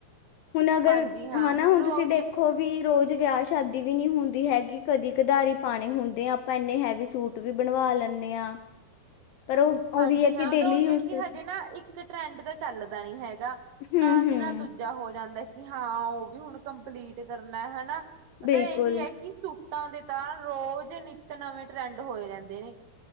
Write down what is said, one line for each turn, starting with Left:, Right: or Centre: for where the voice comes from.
Left: ਹੁਣ ਅਗਰ
Right: ਹਾਂਜੀ ਹਾਂ
Left: ਹਨਾ
Right: ਮਤਲਬ
Left: ਹੁਣ ਤੁਸੀਂ
Right: ਉਹੀ
Left: ਦੇਖੋ
Right: ਆ
Left: ਵੀ ਰੋਜ਼ ਵਿਆਹ ਸ਼ਾਦੀ ਵੀ ਨਹੀਂ ਹੁੰਦੀ ਹੈਗੀ ਕਦੀ ਕਧਾਰੀ ਪਾਣੇ ਹੁੰਦੇ ਆ ਆਪਾਂ ਇੰਨੇ ਹੈਵੀ ਸੂਟ ਵੀ ਬਣਵਾ ਲੈਂਦੇ ਦੇ ਆ ਪਰ ਉਹ
Right: ਹਾਂਜੀ
Left: ਉਹੀ ਹੈ
Right: ਹਾਂ
Left: ਕਿ
Right: ਉਹ
Left: ਡੇਲੀ
Right: ਤਾਂ ਉਹੀ
Left: ਯੂਜ
Right: ਹੈ ਕਿ
Left: ਚ
Right: ਹਜੇ ਨਾ ਇੱਕ ਟਰੈਂਡ ਤਾਂ ਚੱਲਦਾ ਨੀ ਹੈਗਾ
Left: ਹੂੰ-ਹੂੰ
Right: ਨਾਲ ਦੀ ਨਾਲ ਦੂਜਾ ਹੋ ਜਾਂਦਾ। ਕਿ ਹਾਂ ਉਹ ਵੀ ਹੁਣ ਕੰਪਲੀਟ ਕਰਨਾ ਹਨਾ। ਉਹ
Left: ਬਿਲਕੁਲ।
Right: ਤਾ ਇਹੀ ਹੈ ਕਿ ਸੁ ਸੂਟਾਂ ਦੇ ਤਾਂ ਰੋਜ਼ ਨਿੱਤ ਨਵੇਂ ਟਰੈਂਡ ਹੋਏ ਰਹਿੰਦੇ ਨੇ